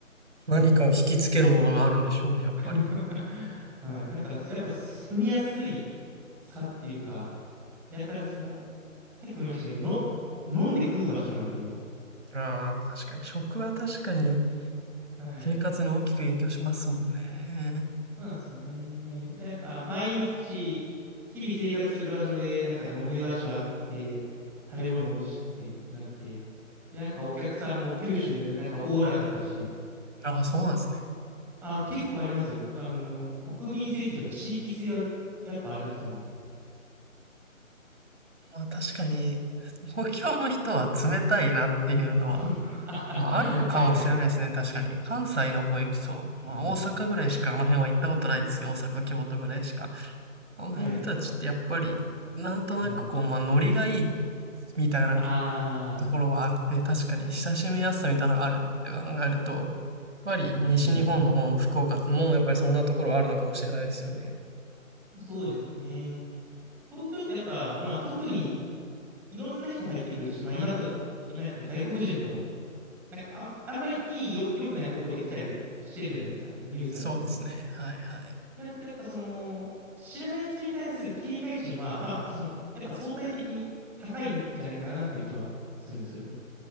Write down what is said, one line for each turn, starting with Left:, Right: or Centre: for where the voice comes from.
Right: 何かを引きつけるものがあるんでしょうね、
Centre: はい。
Right: やっぱり。
Centre: <laughs> はい。なんか、やっぱ住みやすい差っていうか、やっぱりその、さっきも言いましたけど、の、飲んで食う場所なんで、
Right: ああ、確かに。食は確かに
Centre: はい。
Right: 生活に大きく影響しますもんね。
Centre: そうなんですよね。で、やっぱ毎日、日々生活する場所で、なんか飲む場所あって、食べ物美味しくてってなって、で、なんかお客さんも九州で、なんかおおらかだし、
Right: ああ、そうなんですね。
Centre: あ、結構ありますよ。あの、国民性っていうか地域性はやっぱあると思います。
Right: まあ確かに、東京の人は冷たいなっていうのは、
Centre: <laughs>
Right: まああるのかもしれないですね、
Centre: はいはい。
Right: 確かに。関西の方行くと、まあ大阪ぐらいしかあの辺は行ったことないですけど、
Centre: うん。
Right: 大阪、京都ぐらいしか。あの辺の人たちってやっぱり、
Centre: はい。
Right: なんとなくこう、
Centre: はい。
Right: まあノリがいいみたいなと
Centre: ああ、
Right: ころはあって、確かに親しみやすさみたいなのがあるって考えると、やっぱり西日本の方の福岡ってもうやっぱりそんなところはあるのかもしれないですよね。
Centre: うんうんうん。そうですね。東京ってやっぱ、まあ特にいろんな人入ってくるし、まあ今と、今やったら外国人とかも、なんかあん、あんまりいいよ、良くない方向で来たりしてるじゃないですか。なんかニュースになったりとか。
Right: そうですね。
Centre: っ
Right: はいはい。
Centre: てなると、やっぱその、知らない人に対する警戒心は、まあその、やっぱ相対的に高いんじゃないかなっていう気はするんですよね。